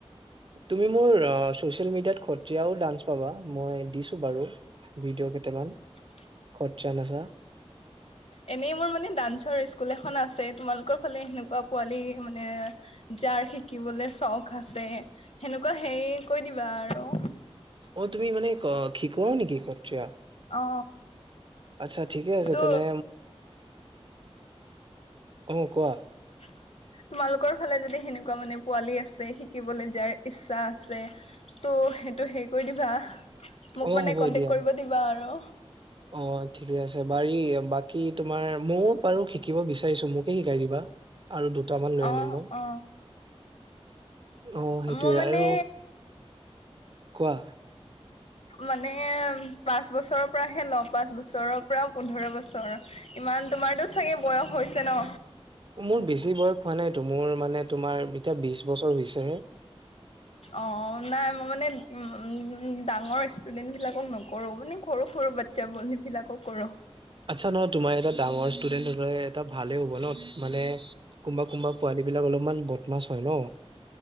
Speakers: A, on the right; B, on the left.
A: তুমি মোৰ ছচিয়েল মিডিয়াত সত্ৰীয়াও ডান্স পাবা মই দিছো বাৰু ভিডিঅ' কেইটামান
B: <unintelligible>
A: খৰচা না ছা
B: এনেই মোৰ মানে ডান্সৰ স্কুল এখন আছে তোমালোকৰ ফালে সেনেকুৱা। পোৱালি মানে যাৰ শিকিবলে চখ আছে সেনেকুৱা হেৰি কৈ দিবা। আৰু
A: অ তুমি মানে শিকোৱা নিকি সত্ৰীয়া
B: অ
A: আচ্ছা ঠিকে আছে
B: ত
A: তেনে। অ কোৱা।
B: <unintelligible> তোমালোকৰ ফালে যদি সেনেকুৱা মানে পোৱালি আছে শিকিবলে যাৰ ইচ্ছা আছে ত'। সেইটো হেৰি কৰি দিবা মোক
A: অ
B: মানে
A: হ'ব
B: কন্টেক্ট
A: দিয়া
B: কৰিব দিবা আৰু।
A: অ ঠিকে আছে বাৰী বাকী তোমাৰ ময়ও বাৰু শিকিব বিচাৰিছো মোকে শিকাই দিবা। আৰু দুটামান লৈ
B: অ',
A: আনিম মই।
B: অ'।
A: অ সেইটোৱে
B: মই মানে
A: আৰু কোৱা।
B: মানে পাঁচ বছৰৰ পৰাহে লওঁ পাঁচ বছৰৰ পৰা পোন্ধৰ বছৰ ইমান। তোমাৰতো চাগে বয়স হৈছে ন।
A: মোৰ বেছি বয়স হোৱা নাইতো মোৰ মানে তোমাৰ এতিয়া বিছ বছৰ হৈছেহে।
B: অ নাই মই মানে উম ডাঙৰ ষ্টুডেন্ট বিলাক। নকৰো মানে সৰু সৰু বাচ্ছা বোৰ সেবিলাক কৰো।
A: আচ্ছা নহয় তোমাৰ এটা ডাঙৰ ষ্টুডেন্ট হলে এটা ভালে হ'ব ন মানে। কোনবা কোনবা পোৱালী বিলাক অলপমান বদ মাছ হয় ন।